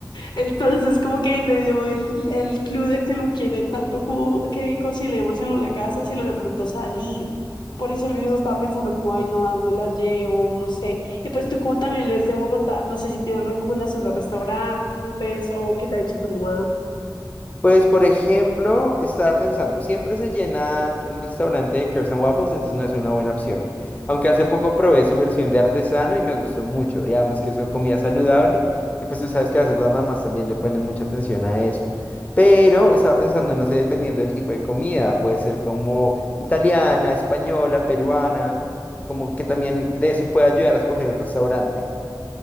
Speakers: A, on the left; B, on the left.
A: Entonces como que ahí me dio el, el clue de que no quiere tanto como que cocinemos en la casa, sino de pronto salir. Por eso yo estaba pensando como, ay, no, ¿a dónde la llevo? No sé. Y pues tú como también eres de Bogotá, no sé si tienes recomendaciones de restaurantes o qué te ha dicho tu mamá.
B: Pues, por ejemplo, estaba pensando, siempre se llena el restaurante de Crepes and Waffles, entonces no es una buena opción. Aunque hace poco probé su versión de artesano y me gustó mucho, y además que es comida saludable, y pues tú sabes que a veces las mamás también le ponen mucha atención a eso. Pero estaba pensando, no sé, dependiendo del tipo de comida, puede ser como italiana, española, peruana, como que también de eso puede ayudar a escoger el restaurante.